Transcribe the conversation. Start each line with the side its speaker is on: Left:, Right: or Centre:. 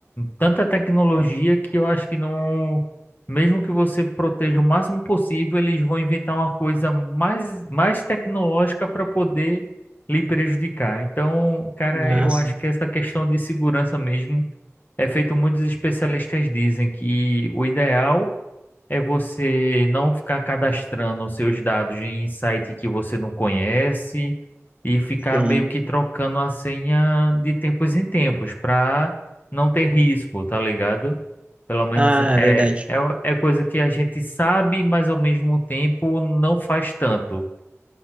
Left: tanta tecnologia que eu acho que não, mesmo que você proteja o máximo possível, eles vão inventar uma coisa mais, mais tecnológica para poder lhe prejudicar. Então, cara,
Right: Nossa,
Left: eu acho que essa questão de segurança mesmo é feito, muitos especialistas dizem que o ideal é você não ficar cadastrando os seus dados em site que você não conhece e ficar
Right: sim.
Left: meio que trocando a senha de tempos em tempos para não ter risco, tá ligado? Pelo menos
Right: Ah,
Left: é,
Right: é verdade,
Left: é, é coisa que a gente sabe, mas ao mesmo tempo não faz tanto.